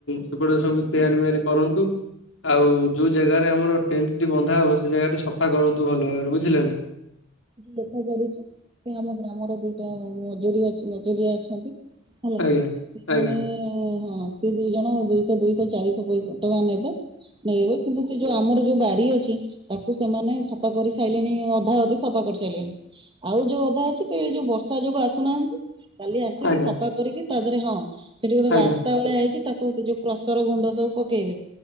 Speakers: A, on the left; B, on the right.
A: ସେପଟେ ସବୁ ତିଆରି ମିଆରି କରନ୍ତୁ। ଆଉ ଯୋଉ ଜାଗାରେ ଆମର ଟେଣ୍ଟ ବନ୍ଧା ହବ ସେ ଜାଗା ସଫା କରନ୍ତୁ ଭଲ ଭାବରେ ବୁଝିଲେ ନା।
B: ଦେଖା କରିଛି ସେ ଆମ ଗ୍ରାମର ଦିଇଟା ମଜୁରି ମଜୁରିଆ ଅଛନ୍ତି। ହେଲା
A: ଆଜ୍ଞା
B: ସେମାନେ
A: ଆଜ୍ଞା
B: ହଁ। ସେ ଦି ଜଣ ଦୁଇଶ ଦୁଇଶ ଚାରିଶ ପଇସା- ଟଙ୍କା ନେବେ ନେଇବେ କିନ୍ତୁ ସେ ଯଉ ଆମର ଯଉ ବାରି ଅଛି ତାକୁ ସେମାନେ ସଫା କରି ସାଇଲେଣି ଅଧା ଅ ଧୀ ସଫା କରିସାଇଲେଣି ଆଉ ଯଉ ଅଧା ଅଛି ସେ ଏ ଯଉ ବର୍ଷା ଯୋଗୁଁ ଆସୁନାହାଁନ୍ତି। କାଲି ଆସିକି
A: ଆଜ୍ଞା
B: ସଫା କରିକି ତା ଦିହେରେ ହଁ ସେଠି ଗୋଟେ
A: ଆଜ୍ଞା
B: ରାସ୍ତା ଭଳିଆ ହେଇଚି ତାକୁ ସେ ଯଉ କ୍ରସର ଗୁଣ୍ଡ ସବୁ ପକେଇବେ